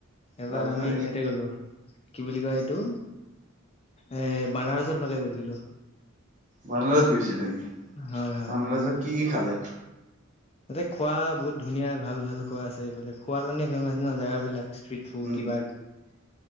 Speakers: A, on the left; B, on the right.
A: এবাৰ
B: তাৰপিছত
A: আমি ইয়াতে গলো। কি বুলি কয়,, এইটো এ বানাৰচ ৰ ফালে গৈছিলো।
B: বানাৰস গৈছিলে নেকি
A: হয় হয়
B: বানাৰসত কি কি খালে।
A: তাতে খোৱা বহুত ধুনীয়া ভাল ভাল খোৱা আছে। এইফালে খোৱাৰ কাৰণে ফেমাচ ন জেগাবলাক। ষ্ট্ৰ্ৰীট ফ্ৰুড
B: উম
A: কিবা কিবি।